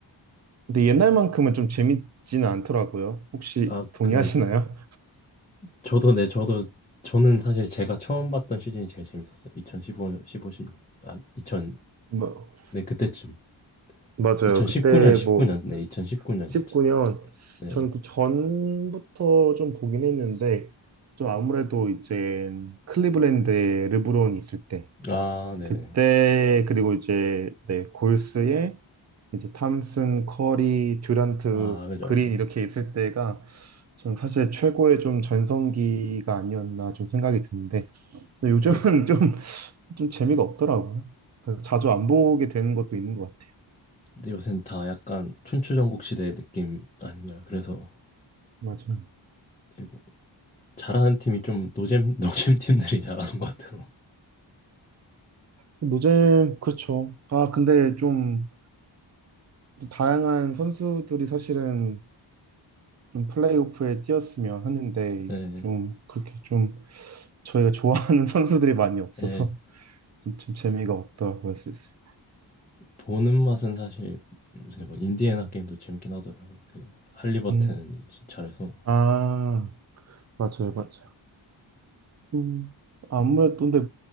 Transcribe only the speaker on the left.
아,
그 저도 네, 저도 저는 사실 제가 처음 봤던 시즌이 제일 재밌었어요. 2015년 15, 십육 아, 2000
네, 그때쯤.
2019년
19년.
네, 2019년이었죠.
네.
아, 네네.
아, 그죠,
그죠.
네, 그-
요새는 다 약간 춘추전국 시대 느낌 아닌가요? 그래서
이거 잘하는 팀이 좀 노잼, <laughs> 노잼 팀들이 잘하는 것 같아요.
예,
예.
보는 맛은 사실 요새 막 인디애나
게임도 재밌긴 하더라고요. 그 할리버튼이
진- 잘해서.